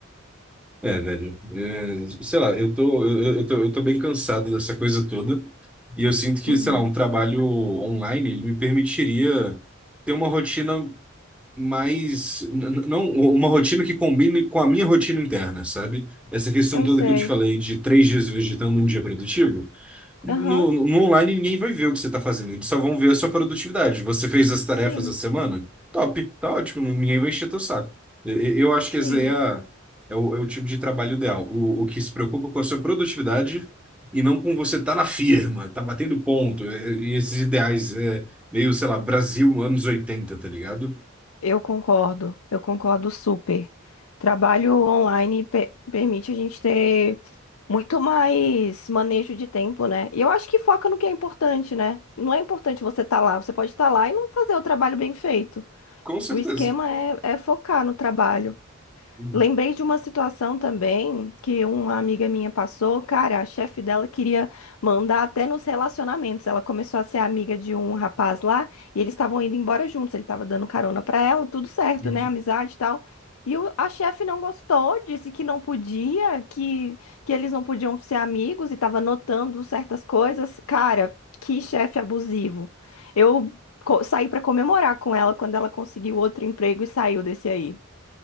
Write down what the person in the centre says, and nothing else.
É, velho. é, sei lá, eu tô, eu, eu tô, eu tô bem cansado dessa coisa toda. E eu sinto que,
sei lá, um trabalho online, ele me permitiria ter uma rotina mas n- não uma rotina que combine com a minha rotina interna, sabe? Essa questão
toda
que eu te falei de três dias vegetando um dia produtivo, no,
no online ninguém vai ver o que você está fazendo, eles só vão ver a sua produtividade. Você fez as tarefas
da semana? Top, tá ótimo, ninguém vai encher teu saco. E- e- Eu acho que
esse aí é, a- é o, é o tipo de trabalho ideal, o, o que se preocupa com a sua produtividade e não com você tá na firma, tá batendo ponto, e, e esses ideais, é, meio, sei lá, Brasil anos 80, tá ligado?
Com certeza.
Uhum,
uhum.